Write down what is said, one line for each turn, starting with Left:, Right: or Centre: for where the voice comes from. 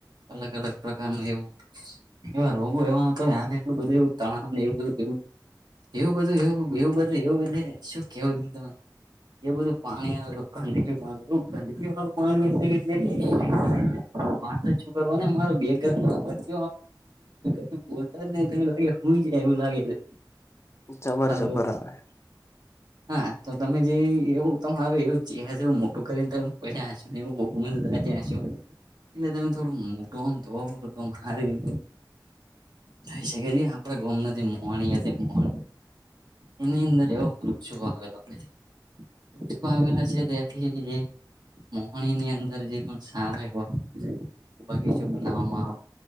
Right: અલગ અલગ પ્રકાર ન એવું. એવા રોગો એવા હતો યાથી એટલું બધું એવું તણાવ ને એવું બધું એવું એવું બધું એવું એવું બધું એવું એટલે શું કેવું તમે. એ બધું પાણી આવેલું ગંદકી પાણી ગંદકી મ મ <unintelligible> વા તો જ શું કરવા ને મારો બેકગ્રાઉન્ડમાંચ તમ બોલતા જ નને એ લાગે. હું જ એવું લાગે છે,
Left: જબર જબર
Right: હલો હ.
Left: આવે.
Right: હા તો તમે જે એવું તમારું એવું ચે એવું મોટું કરીને તમે પડ્યા છો. અને એ ત્યાં શ. એટલે તમે થોડું મોટું આમ તો પડો તો મારી. થઈ શકે છે આપડે ગમ નથી મો મો. એની અંદર એવો વૃક્ષો આવેલો આપડે. વૃક્ષ આવેલા છે ત્યાંથી જે- મોહણી ની અંદર જે પણ સારો એવો બગીચો બનાવવામાં આવે.